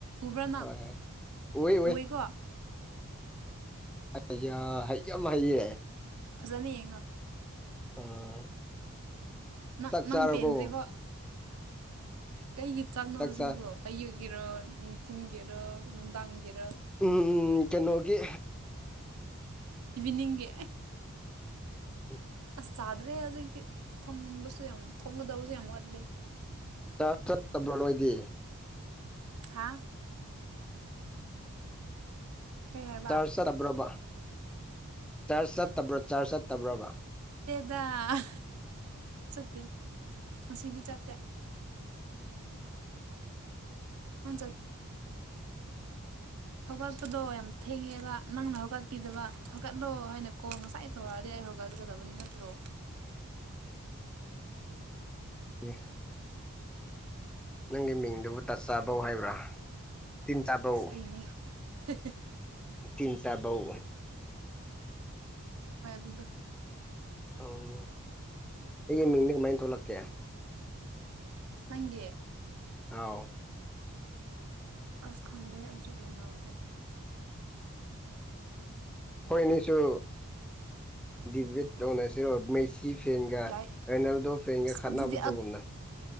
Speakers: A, on the right; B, in the centre.
A: ꯎꯕ꯭ꯔꯥꯅꯪ
B: ꯍꯣꯏ ꯎꯋꯦ ꯎꯋꯦ
A: ꯎꯦꯀꯣ
B: ꯑꯩ ꯍꯩ ꯌꯥꯝ ꯍꯩꯌꯦ
A: ꯐꯖꯅ ꯌꯦꯡꯉ
B: ꯑ
A: ꯅꯪ
B: ꯆꯥꯛ ꯆꯥꯔꯕꯣ
A: ꯅꯪ ꯄꯦꯟꯗ꯭ꯔꯤꯔꯤꯕꯣ ꯀꯩꯒꯤ ꯆꯥꯛꯅꯣꯖꯤꯕꯣ
B: ꯆꯥꯛ ꯆꯥ
A: ꯑꯌꯨ ꯒꯤꯦꯔꯣ ꯊꯤꯡꯒꯤꯦꯔꯣ ꯂꯨꯟꯗꯥꯡꯒꯦꯔꯣ
B: ꯎꯝ ꯀꯩꯅꯣꯒꯤ
A: ꯏꯚꯅꯤꯡꯦ
B: ꯍ
A: ꯆꯥꯗ꯭ꯔꯦ ꯍꯧꯖꯤꯛꯇꯤ ꯊꯝꯕꯁꯨ ꯌꯥꯝ ꯊꯝꯒꯗꯕꯁꯨ ꯌꯥꯝ ꯋꯥꯠꯂꯤꯦ
B: ꯆꯥꯛ ꯆꯠꯇꯕ꯭ꯔꯣ ꯅꯣꯏꯗꯤ
A: ꯍꯥ ꯀꯩ ꯍꯥꯏꯕ
B: ꯆꯔꯆ ꯆꯠꯇꯕ꯭ꯔꯣꯕ ꯆꯔꯆ ꯆꯠꯇꯕ꯭ꯔꯣ ꯆꯔꯆ ꯆꯠꯇꯕ꯭ꯔꯣꯕ
A: ꯗ ꯆꯠꯇꯦ ꯉꯁꯤꯗꯤ ꯆꯠꯇꯦ ꯍ ꯁ
B: ꯑ
A: ꯍꯧꯒꯠꯄꯗꯣ ꯌꯥꯝ ꯊꯦꯡꯉꯦꯕ ꯅꯪꯅ ꯍꯧꯒꯠꯄꯤꯗꯕ ꯍꯧꯒꯠꯂꯣ ꯍꯥꯏꯅꯀꯣ ꯀꯣꯜ ꯉꯁꯥꯏ ꯇꯧꯔꯗꯤ ꯑꯩ ꯐꯒꯗꯕꯅꯤ ꯅꯠꯇ꯭ꯔꯣ
B: ꯑ <unintelligible> ꯎ <inaudible> ꯅꯪꯒꯤ ꯃꯤꯡꯗꯨꯕꯨ ꯇꯥꯛꯆꯥꯥꯕꯧ ꯍꯥꯏꯕ꯭ꯔꯥ ꯇꯤꯟ ꯆꯥꯕꯧ
A: ꯑꯁ <unintelligible>
B: ꯇꯤꯟ ꯆꯥꯕꯎ
A: ꯀꯗ <unintelligible>
B: ꯎꯝ ꯑꯩꯒꯤ ꯃꯤꯡꯁꯦ ꯀꯃꯥꯏꯅꯥ ꯊꯣꯛꯂꯛꯀꯦ
A: ꯅꯪꯒꯤ
B: ꯑꯥꯎ
A: ꯑꯁ ꯈꯪꯗꯦ ꯑꯩꯁꯨ ꯌꯦꯍꯧꯗꯦ
B: ꯑꯩꯈꯣꯏꯅꯤꯁꯨ ꯗꯦꯕꯦꯠꯇ ꯇꯧꯅꯁꯦ ꯁꯤꯔꯣ ꯃꯩꯁꯤ ꯐꯦꯟꯒ
A: ꯌꯥꯏ
B: ꯔꯣꯅꯥꯜꯗꯣ ꯐꯦꯟꯒ
A: ꯑꯁ
B: ꯈꯠꯅꯕꯗꯨꯒꯨꯝꯅ
A: ꯑꯗꯨꯗꯤ